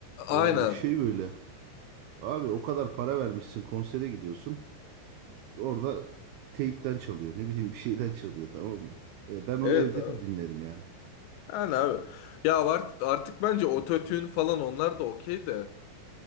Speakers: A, on the left; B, on the right.
A: Aynen.
B: Yani şey böyle. Abi o kadar para vermişsin konsere gidiyorsun. orada teypten çalıyor. Ne bileyim bir şeyden çalıyor tamam mı? E, ben onu
A: Evet
B: evde
A: abi.
B: de dinlerim yani.
A: Yani abi. Ya var- artık bence ototune falan onlar da okey de.